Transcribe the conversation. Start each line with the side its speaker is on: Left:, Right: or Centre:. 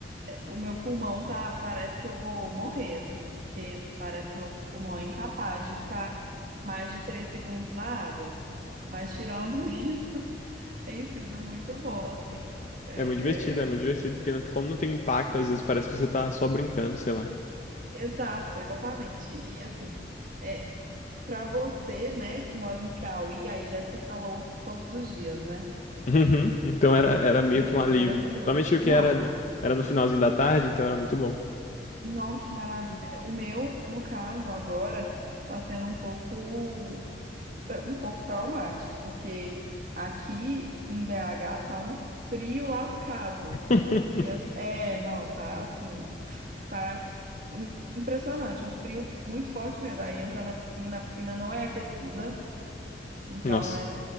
Right: é, o meu pulmão tá, parece que eu vou morrer, assim, porque parece que meu pulmão é incapaz de ficar mais de três segundos na água. Mas tirando <laughs> isso, tem sido muito bom, assim. É,
Left: É muito divertido, é muito
Right: é,
Left: divertido, porque não- como não tem impacto, às vezes parece que você tá só brincando, sei lá.
Right: exato, exatamente. E, e, assim, é, para você, né, que mora no Piauí, aí deve ser calor todos os dias, né?
Left: Uhum, Então era, era meio
Right: Pois
Left: que um
Right: é,
Left: alívio.
Right: maravilhoso.
Left: Principalmente o que
Right: Não,
Left: era, no- era no finalzinho da tarde, então era muito bom.
Right: Não, que maravilha. O meu, no caso, agora, tá sendo um pouco, é, um pouco traumático, porque aqui em BH tá um frio lascado.
Left: <laughs>
Right: E as- é, não, tá assim, tá im- impressionante, um frio muito forte mesmo. Aí entra na piscina, a piscina não é aquecida, então
Left: Nossa.
Right: é,